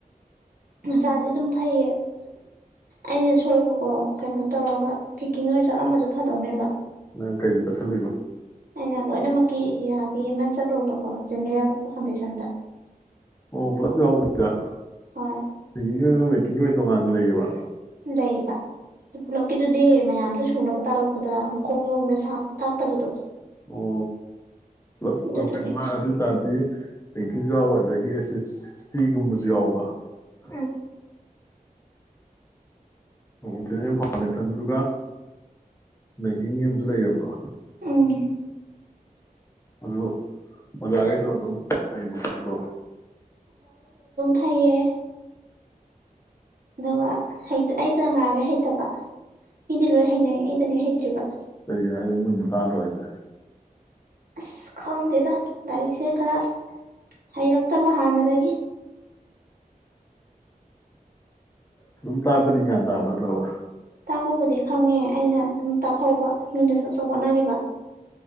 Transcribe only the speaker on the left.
ꯅꯪ ꯀꯩꯗꯤ ꯆꯠꯁꯟꯂꯨꯏꯕ
ꯑꯣ ꯐ꯭ꯂꯞ ꯌꯥꯎꯕꯗ <unintelligible>
ꯑꫭꯏ ꯇꯣꯡꯉꯥꯟꯅ ꯂꯩꯌꯦꯕ
ꯑꯣ ꯄꯨꯂꯞ
ꯀꯩꯅꯣ ꯃꯥ ꯑꯗꯨ ꯑꯣꯏꯇꯥꯔꯗꯤ ꯕꯦꯡꯀꯤꯡꯁꯨ ꯌꯥꯎꯕ ꯑꯗꯒꯤ ꯑꯦꯁ ꯑꯦꯁ ꯁꯤ ꯒꯨꯝꯕꯁꯨ ꯌꯥꯎꯕ ꯎꯝ ꯑꯣ ꯖꯦꯅꯔꯦꯜ ꯐꯥꯎꯟꯗꯦꯁꯟꯗꯨꯒ ꯕꯦꯡꯀꯤꯡꯒꯤ ꯑꯃꯁꯨ ꯂꯩꯌꯦꯕꯀꯣ
ꯑꯗꯨ ꯑꫭꯖꯒꯩꯗꫭ ꯑꯗꯨꯝ ꯍꯩꯕꫭ
ꯀꯩꯒꯤꯅꯣ ꯃꯨꯟꯅ ꯇꯗ꯭ꯔꫭ ꯌꯥꯏꯖꯦ
ꯑꯗꯨꯝ ꯇꯛꯄꯊꯤꯕ ꯀꯗꯤ ꯀꯥꯟ ꯇꯥꯕ ꯅꯠꯇ꯭ꯔꯕ